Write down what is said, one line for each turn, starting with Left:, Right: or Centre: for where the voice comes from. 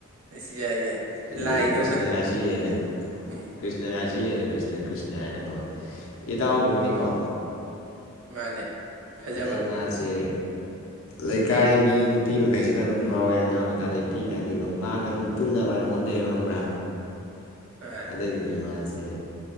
Right: ꯁꯤ ꯌꯥꯏ ꯌꯥꯏ
Left: ꯍꯥꯏꯗꯤ
Right: ꯂꯥꯏꯗꯧꯅ
Left: ꯀ꯭ꯔꯤꯁꯅ ꯔꯥꯁꯤ ꯂꯩꯅ
Right: ꯎꯝ
Left: ꯀ꯭ꯔꯤꯁꯅ ꯔꯥꯁꯤ ꯁꯤꯜꯂꯦꯅ ꯀ꯭ꯔꯤꯁꯅ ꯀ꯭ꯔꯤꯁꯅ ꯍꯥꯏꯅ ꯀꯧꯋꯦ ꯏꯗꯥꯎꯒꯨꯝꯕꯅꯤꯀꯣ
Right: ꯃꯥꯅꯦ ꯐꯖꯕ
Left: ꯑꯗꯩ ꯃꯥꯁꯦ ꯂꯩꯀꯥꯏ ꯃꯤ ꯅꯨꯄꯤ ꯃꯈꯩꯁꯤꯅ ꯑꯗꯨꯝ ꯉꯥꯎꯋꯦ ꯑꯉꯥꯡ ꯑꯣꯏꯔꯤ ꯀꯥꯟꯗ ꯄꯤ ꯀꯥꯟꯗꯩꯀꯣ ꯃꯥꯒ ꯑꯗꯨꯝ ꯄꯨꯟꯅꯕ ꯍꯥꯏꯅ ꯍꯣꯠꯅꯩꯕ ꯈꯪꯕ꯭ꯔꯥ
Right: ꯑꯥ
Left: ꯑꯗꯒꯤꯗꯤ ꯃꯥꯁꯤ